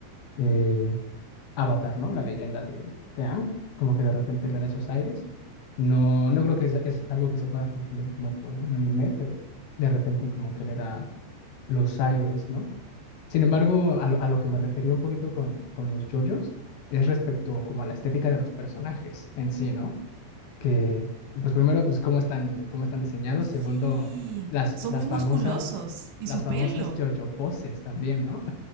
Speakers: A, on the left (about 75°); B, on the right (about 75°).
A: eh, Avatar, ¿no? La leyenda de, de Aang, como que de repente le da esos aires. No, no creo que es, es algo que se pueda confundir como con un anime, pero de repente como que le da los aires, ¿no? Sin embargo, a lo, a lo que me refería un poquito con, con los yoyos es respecto como a la estética de los personajes en sí, ¿no? Que, pues primero, pues cómo están, cómo están diseñados.
B: Sí,
A: Segundo, las,
B: son
A: las
B: muy musculosos
A: famosas,
B: y
A: las
B: su
A: famosas
B: pelo.
A: yoyo poses también, ¿no?